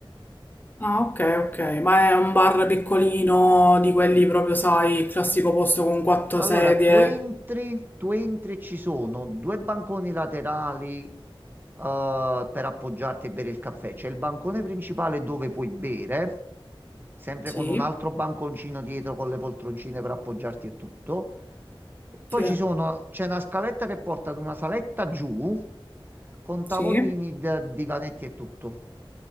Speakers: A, on the left (about 20°); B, on the right (about 20°).
A: Ah, ok, ok. Ma è un bar piccolino, di quelli proprio, sai, il classico posto con quattro
B: Allora,
A: sedie.
B: tu entri, tu entri, e ci sono due banconi laterali, eh, per appoggiarti e bere il caffè. C'è il bancone principale dove puoi bere, sempre
A: Sì,
B: con un altro banconcino dietro con le poltroncine per appoggiarti e tutto. E poi
A: sì,
B: ci sono, c'è una scaletta che porta ad una saletta giù con
A: sì.
B: tavolini, d- divanetti e tutto.